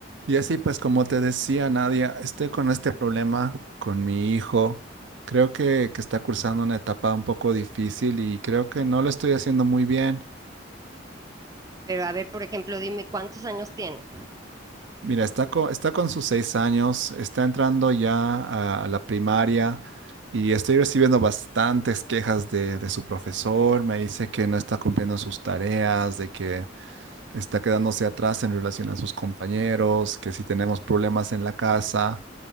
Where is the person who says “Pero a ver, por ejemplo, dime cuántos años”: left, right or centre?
Right